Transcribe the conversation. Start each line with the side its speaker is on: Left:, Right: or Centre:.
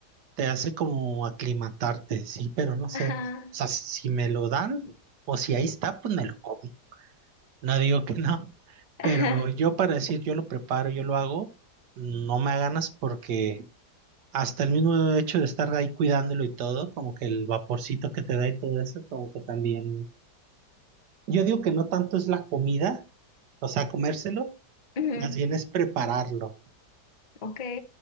Right: te hace como aclimatarte, sí, pero no sé.
Left: ajá,
Right: O sea, si me lo dan, o si ahí está, pues me lo como. No digo que no.
Left: <laughs>
Right: Pero
Left: ajá.
Right: yo para decir yo lo preparo, yo lo hago, no me da ganas porque hasta el mismo hecho de estar ahí cuidándolo y todo, como que el vaporcito que te da y todo eso, como que también. Yo digo que no tanto es la comida, o sea, comérselo,
Left: ujú,
Right: más bien es prepararlo.
Left: Ok.